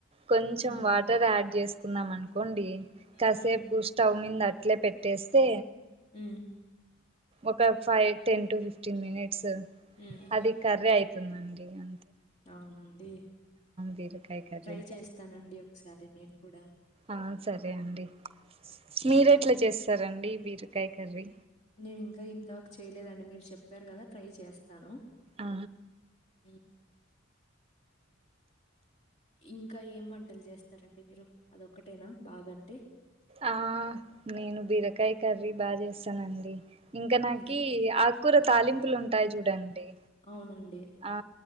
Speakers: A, on the right; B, on the left.
A: కొంచెం
B: హ్మ్.
A: వాటర్ యాడ్ చేసుకున్నాం అనుకోండి కాసేపు
B: హ్మ్.
A: స్టవ్ మీద అట్లే పెట్ ట్టేస్తే
B: హ్మ్.
A: ఒక five ten to fifteen minutes
B: హ్మ్.
A: అది కర్రీ అయితుందండి అ
B: అవునండి
A: బీరకాయ కర్రీ
B: ట్రై చేస్తానండి ఒకసారి నేను కూడా
A: ఆ సరే అండి మీరు
B: ఆ!
A: ఎట్లా చేస్తారండి బీరకాయ కర్రీ
B: నేను ఇంకా ఇంతవరకు చేయలేదండి మీరు చెప్పారు కదా ట్రై చేస్ స్తాను
A: ఆ
B: మ్ ఇంకా ఏం వంటలు చేస్తారండి మీరు అదొక్కటేనా బాగాంటే
A: ఆ నేను బీరకాయ కర్రీ బా చేస్తానండి ఇంకా నాకి
B: హ్మ్.
A: ఆకూర తాలింపులు ఉంటాయి చూడండి
B: అవునండి.
A: ఆ